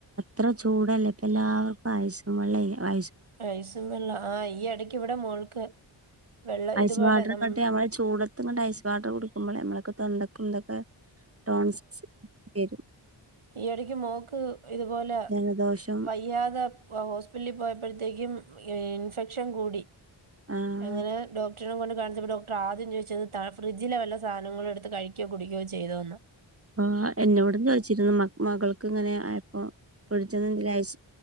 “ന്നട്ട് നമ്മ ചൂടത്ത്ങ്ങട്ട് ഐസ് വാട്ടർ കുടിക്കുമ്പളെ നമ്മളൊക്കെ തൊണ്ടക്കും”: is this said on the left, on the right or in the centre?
Right